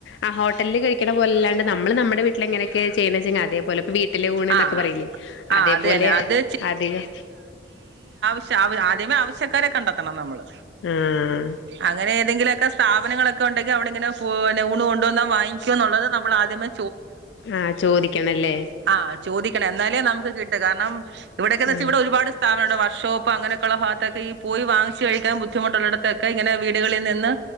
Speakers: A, on the left; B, on the right.
A: ആഹ് ഹോട്ടൽല് കഴിക്ക്ണ പോലെ എല്ലാണ്ട് നമ്മള് നമ്മടെ വീട്ടില് എങ്ങനെയെക്കെ ചെയ്യ്ണത്ച്ചങ്ങെ അതേപോലെ വീട്ടിലെ ഊണ് എന്നൊക്കെ
B: ആ
A: പറയില്ലേ
B: ആ
A: അതേപോലെ
B: അത് തന്നെ അത്
A: അധികം
B: പക്ഷേ ആവ് ആദ്യമേ ആവശ്യക്കാരെ കണ്ടെത്തണം നമ്മള്
A: ആഹ്
B: അങ്ങനെ ഏതെങ്കിലും ഒക്കെ സ്ഥാപനങ്ങളൊക്കെ ഉണ്ടെങ്കിൽ അവടെ ഇങ്ങനെ ഫൂനെ ഊണ് കൊണ്ടുവന്നാ വാങ്ങിക്ക്യോ എന്നുള്ളത് നമ്മള് ആദ്യമേ
A: ആഹ് ചോദിക്കണല്ലേ
B: ആഹ് ചോദിക്കണം എന്നാലേ നമുക്ക് കിട്ടു കാരണം ഇവിടെയെക്കെ എന്ന് വെച്ചാ
A: ആഹ്
B: ഇവിടെ ഒരുപാട് സ്ഥാപനം ഉണ്ട് വർഷോപ്പ് അങ്ങനെക്കെ ഇള്ള ഭാഗത്തേക്ക് ഈ പോയി വാങ്ങിച്ച് കഴിക്കാൻ ബു ദ്ധിമുട്ട് ഇള്ളടത്തൊക്കെ ഇങ്ങനെ വീട്കളിൽ നിന്ന്